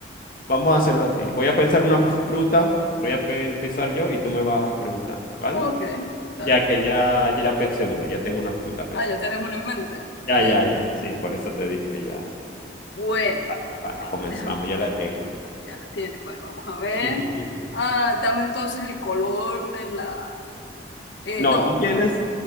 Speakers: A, on the left; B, on the left.
A: vamos a hacerlo así. Voy a pensar una fruta, voy a pe- empezar yo y tú me vas preguntando, ¿vale?
B: Ok, dale.
A: Ya que ya, ya pensé una, ya tengo una fruta pensada.
B: Ah, ya tienes uno en mente.
A: Ya,
B: Bien.
A: ya, ya, sí, por eso te dije que ya.
B: Bueno,
A: Vale, vale, comenzamos,
B: déjame,
A: ya la tengo.
B: ya la tienes. Bueno, vamos a ver.
A: <laughs>
B: Ah, dame entonces el color de la... eh,
A: No,
B: no,
A: tú tienes